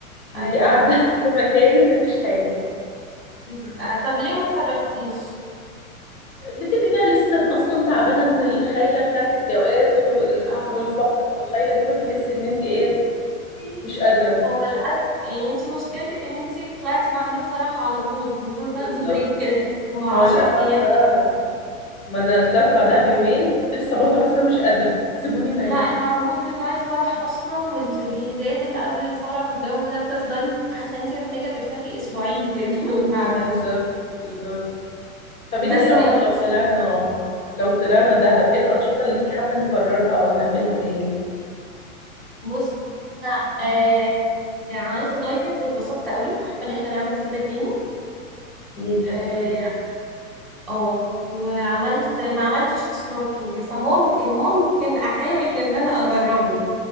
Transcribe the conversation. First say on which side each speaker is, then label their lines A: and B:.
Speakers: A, on the left (about 85°); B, in the centre.
A: انت
B: أيوة
A: قاعدة <laughs> في مكانك مفيش حاجة
B: انت آه، طب ليه ما اتحركتيش؟
A: بتبقي بقى لسه اصلا تعبانة من الخيلة بتاعة الجواز وال-
B: اه
A: والفرح والخيلة دي فبتحسي ان انت ايه مش قادرة
B: هو الأز يعني انت مشكلتك ان انت طلعتي بعد الفرح على طول المفروض تاخدي
A: بالظبط
B: بريك كده اسبوع
A: ما هو
B: 10
A: للأسف بقى
B: أيام
A: ما انا طلعت بعدها بيومين فكنت لسه برضه حاسة مش قادرة <laughs> سيبوني نايم
B: لا المجهود بتاع الفرح اصلا والتجهيزات اللي قبل الفرح والجو ده بتفضلي حاسه ان انت محتاجه ترتاحي اسبوعين كده <laughs> من بعدها
A: بالظبط بالظبط طب انت
B: بس
A: رأيك
B: ما رحتي
A: لو طلعنا لو طلعنا دهب ايه الأنشطة اللي انت حابة نكررها او نعملها تاني
B: بص انا آه عملت دايفنج واتبسطت قوي فحابه ان احنا نعمل كده تاني
A: نيل
B: اه
A: حلو جدا
B: آه. وعملت ما عملتش سنوركينج فممكن ممكن احاول ان انا اجربه